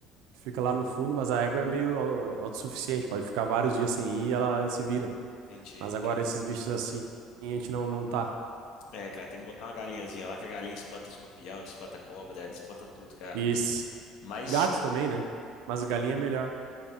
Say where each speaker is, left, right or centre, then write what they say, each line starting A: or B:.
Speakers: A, on the right (about 80°); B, on the left (about 65°).
A: que fica lá no fundo, mas a égua é meio au- autossuficiente, pode ficar vários dias sem ir e ela se vira.
B: Entendi.
A: Mas
B: Porque,
A: agora esses bichos assim, a gente não, não tá.
B: é, cara, tem que botar uma galinhazinha lá, que a galinha espanta escorpião, espanta cobra, ela espanta tudo, cara.
A: Isso.
B: Mas
A: Gato também, né? Mas galinha é melhor.